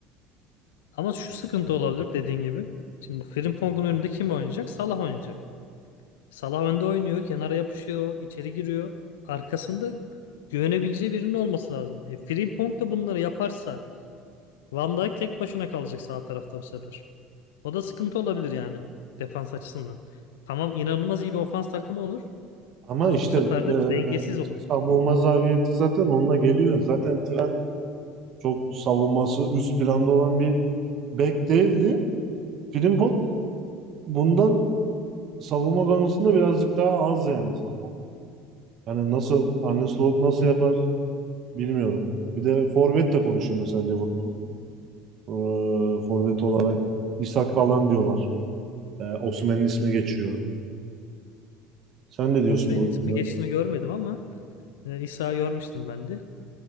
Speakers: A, on the left; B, on the right.
A: Ama şu sıkıntı olabilir dediğin gibi. Şimdi Frimpong'un önünde kim oynayacak? Salah oynayacak. Salah önde oynuyor, kenara yapışıyor, içeri giriyor. Arkasında güvenebileceği birinin olması lazım. E, Frimpong da bunları yaparsa Van Dijk tek başına kalacak sağ tarafta bu sefer. O da sıkıntı olabilir yani defans açısından. Tamam inanılmaz iyi bir ofans takımı olur
B: Ama
A: ama
B: işte
A: bu sefer
B: eee
A: de dengesiz oluyor.
B: savunma zafiyeti zaten onunla geliyor. Zaten Trent Çok savunması üst planda olan bir bek değildi. Frimpong bundan savunma konusunda birazcık daha az yani. Savunma- Yani nasıl Arne Slot nasıl yapar bilmiyorum. Bir de forvet de konuşuyor mesela Liverpool. Ee, forvet olarak İshak falan diyorlar. Ee, Osimhen'in ismi geçiyor. Sen ne diyorsun
A: Osimhen'in
B: bu?
A: ismi
B: konuda?
A: geçtiğini görmedim ama e, İsa'yı görmüştüm ben de.